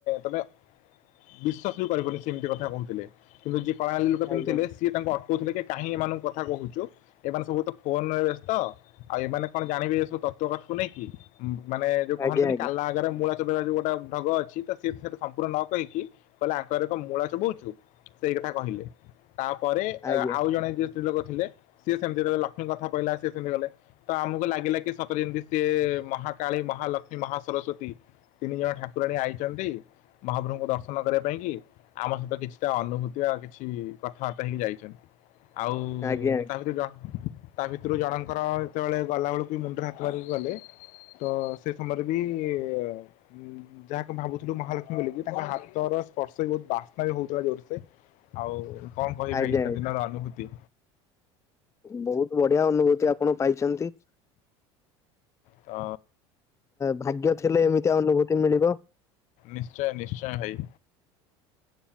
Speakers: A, on the left; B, on the left.
A: ତମେ ବିଶ୍ୱାସ ବି କରିବନି ସେ ଏମିତିଆ କଥା କହୁଥିଲେ କିନ୍ତୁ ଯିଏ କଳା ଲୋକ ପିନ୍ଧୁଥିଲେ
B: ଆଜ୍ଞା
A: ସିଏ ତାଙ୍କ ଅ କହୁଥିଲେ କି କାହିଁ ଏମାନଙ୍କ କଥା କହୁଛୁ? ଏମାନେ ସବୁ ତ ଫୋନ ରେ ବ୍ୟସ୍ତ ତ ଆଉ ଏମାନେ କଣ ଜାଣିବେ ଏ ସବୁ ତତ୍ତ୍ୱ କଥାକୁ ନେଇକି? ମାନେ ଯୋଉ କହନ୍ତିନି
B: ଆଜ୍ଞା ଆଜ୍ଞା
A: କାଲା ଆଗରେ ମୂଳା ଚଳେଇବା ଯୁ ଉ ଗୋଟେ ଢଗ ଅଛି ତ ସେ ସୋ ସମ୍ପୂର୍ଣ୍ଣ ନ କହିକି। କହିଲା ଆଙ୍କର ଏକ ମୂଳ ଚୁବଉଛୁ ସେଇ କଥା କହିଲେ। ଏ ତାପରେ
B: ଆଜ୍ଞା
A: ଆଉ ଜଣେ ସ୍ତ୍ରୀ ଲୋକ ଥିଲେ ସେ ସେମିତି ଗୋଟେ ଲକ୍ଷ୍ମୀ କଥା କହିଲା ସ ସେମିତି ଗଲେ ତ ଆମକୁ ଲାଗିଲା କି ସତ ଯେମିତି ସିଏ ମହାକାଳୀ, ମହାଲକ୍ଷ୍ମୀ, ମହା ସରସ୍ଵତୀ ତିନି ଜଣ ଠାକୁରାଣୀ ଆଇଛନ୍ତି। ମହାପ୍ରଭୁଙ୍କୁ ଦର୍ଶନ କରିବା ପାଇଁ କି ଆମ ସହିତ କିଛିଟା ଅନୁଭୂତି ଆଉ କିଛି କଥାବାର୍ତ୍ତା ହେଇକି ଯାଇଛନ୍ତି। ଆଉ
B: ଆଜ୍ଞା
A: ତା ଭିତରେ ଯ ତା ଭିତରୁ ଜଣଙ୍କର ଯେତେବେଳେ ଗଲାବେଳକୁ ମୁଣ୍ଡରେ ହାତ ମାରିକି ଗଲେ ତ ସେ ସମୟରେ ବି ଉଁ ଯାହାକୁ ଭାବୁଥିଲୁ ମହାଲକ୍ଷ୍ମୀ ବୋଲିକି ତାଙ୍କ ହାତର ସ୍ପର୍ଶ ବି ବହୁତ ବାସ୍ନା ବି ହଉଥିଲା ଜୋରସେ। ଆଉ କଣ କହିବ
B: ଆଜ୍ଞା
A: ଭାଇ ସେଦିନର ଅନୁଭୂତି।
B: ବହୁତ ବଢିଆ ଅନୁଭୂତି ଆପଣ ପାଇଛନ୍ତି।
A: ତ
B: ଭାଗ୍ୟ ଥିଲେ ଏମିତିଆ ଅନୁଭୂତି ମିଳିବ।
A: ନିଶ୍ଚୟ ନିଶ୍ଚୟ ଭାଇ।